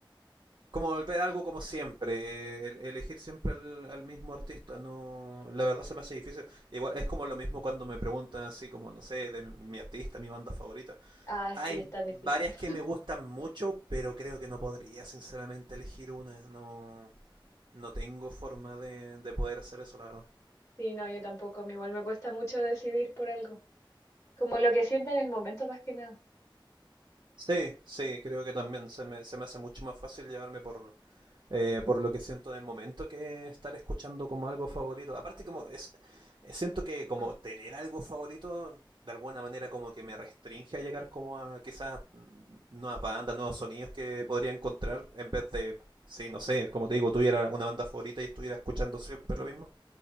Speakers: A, on the right; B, on the left.
A: Como volver a algo como siempre, eh, el- elegir siempre al, al mismo artista, no, la verdad se me hace difícil. Igual es como lo mismo cuando me preguntan así como, no sé, de mi, mi artista, mi banda favorita.
B: Ah,
A: Hay
B: sí, es tan difícil.
A: varias
B: <laughs>
A: que me gustan mucho, pero creo que no podría sinceramente elegir una, no, no tengo forma de, de poder hacer eso, la verdad.
B: Sí, no, yo tampoco. A mí igual me cuesta mucho decidir por algo. Como lo que sienta en el momento más que nada.
A: Sí, sí, creo que también se me, se me hace mucho más fácil llevarme por, eh, por lo que siento en el momento que estar escuchando como algo favorito. Aparte como es, eh, siento que como tener algo favorito de alguna manera como que me restringe a llegar como a quizás mm, nuevas bandas, nuevos sonidos que podría encontrar en vez de, sí, no sé, como te digo, tuviera una banda favorita y estuviera escuchando siempre lo mismo.